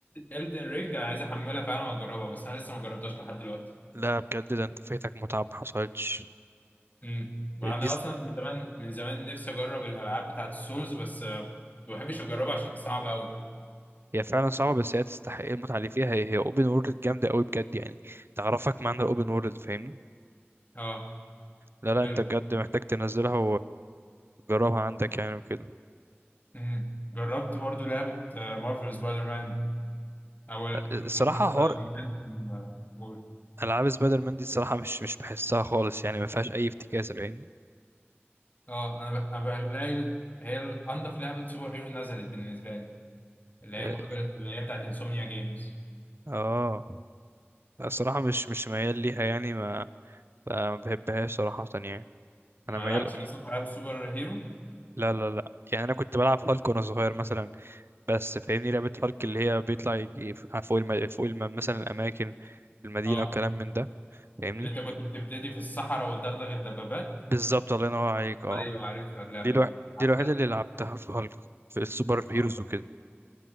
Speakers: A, on the left; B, on the right.
A: الدن رينج انا عايز احملها فعلا واجربها بس انا لسه ما جربتهاش لحد دلوقتي
B: لا بجد ده انت فايتك متعة ما حصلتش
A: امم مع اني
B: دي
A: اصلا
B: س-
A: من زمان من زمان نفسي اجرب الالعاب بتاعت السولز بس آه، ما بحبش اجربها عشان صعبه قوي
B: هي فعلا صعبة بس هي تستحق المتعة اللي فيها هي هي اوبن وورلد جامدة قوي بجد يعني تعرفك معنى الاوبن وورلد فاهمني
A: اه
B: لا لا
A: حلو
B: انت بجد محتاج تنزلها وجربها عندك يعني وكده
A: امم جربت برضو لعبه مارفل سبايدر مان اول
B: الصراحة
A: مارفل سبايدر
B: حوار
A: مان آه، قول.
B: العاب سبايدر مان دي الصراحة مش مش بحسها خالص يعني ما فيهاش اي افتكاسة فاهمني
A: اه انا ب- أنا بلاقي هي انضف لعبه سوبر هيرو نزلت بالنسبه لي اللي هي
B: اه
A: مارفل اللي هي بتاعت انسomnia جيمز
B: آه. الصراحة مش مش ميال ليها يعني ما ما بحبهاش صراحة يعني
A: ما
B: انا ميال
A: لعبتش اصلا في العاب السوبر هيرو
B: لا لا لا يعني انا كنت بلعب هالك وانا صغير مثلا بس فاهمني لعبة هارك اللي هي بيطلع يجي فوق الم... فوق الم... مثلا الأماكن المدينة
A: اه
B: وكلام من ده فاهمني
A: اللي انت كنت بتبتدي في الصحراء وتدغدغ الدبابات
B: بالظبط الله ينور عليك اه
A: ايوه عارفها اللعبه
B: دي الوح...
A: دي لعبتها
B: دي الوحيدة اللي لعبتها في هالك في السوبر
A: اه
B: هيروز وكده